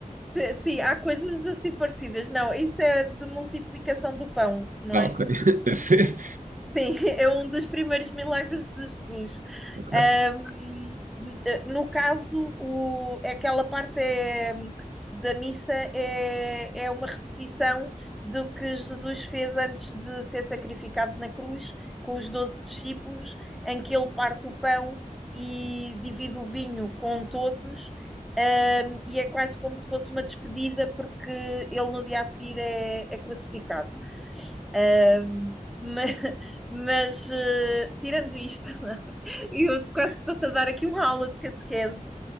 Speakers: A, in the centre; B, on the right (about 70°).
A: te- sim, há coisas assim parecidas. Não, isso é de multiplicação do pão, não
B: Ah,
A: é?
B: ok, <laughs> deve ser.
A: Sim, <laughs> é um dos primeiros milagres de Jesus.
B: Ok.
A: Ahm, no caso, o, aquela parte é, da missa é, é uma repetição do que Jesus fez antes de ser sacrificado na cruz, com os doze discípulos, em que ele parte o pão e divide o vinho com todos. ahm, e é quase como se fosse uma despedida, porque ele no dia a seguir é é crucificado. Ahm, mas, <laughs> mas, eh, tirando isto, <laughs> eu quase que estou-te a dar aqui uma aula de catequese.